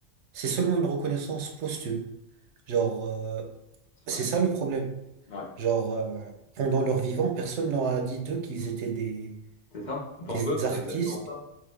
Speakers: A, on the right (about 85°); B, on the left (about 50°).
A: C'est seulement une reconnaissance posthume. Genre, euh,
B: C'est
A: c'est
B: vrai.
A: ça le problème.
B: Ouais.
A: Genre, euh, pendant leur vivant, personne leur a dit d'eux qu'ils
B: Hmm.
A: étaient des,
B: C'est ça. Van
A: des
B: Gogh, c'est
A: artistes.
B: exactement ça.